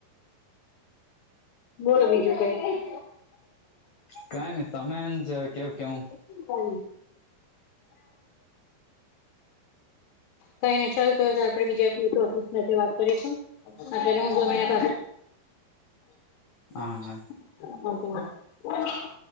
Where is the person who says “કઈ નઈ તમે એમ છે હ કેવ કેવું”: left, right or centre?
Left